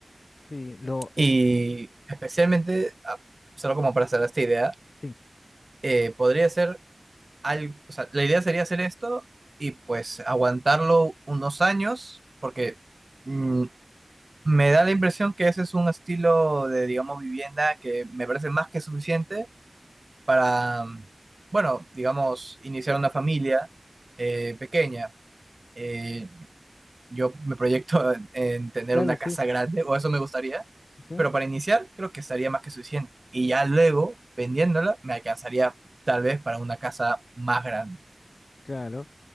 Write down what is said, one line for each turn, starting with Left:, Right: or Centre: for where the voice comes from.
Left: Sí, lo,
Right: Y
Left: el,
Right: especialmente, ah, solo como para hacer esta idea,
Left: sí,
Right: eh, podría ser algo, o sea, la idea sería hacer esto y pues aguantarlo unos años, porque mm, me da la impresión que ese es un estilo de, digamos, vivienda que me parece más que suficiente para, mm, bueno, digamos, iniciar una familia eh, pequeña. Eh, yo me proyecto en, en tener
Left: claro,
Right: una
Left: sí,
Right: casa grande, o eso me gustaría,
Left: sí, sí.
Right: pero para iniciar creo que estaría más que suficiente. Y ya luego, vendiéndola, me alcanzaría tal vez para una casa más grande.
Left: Claro.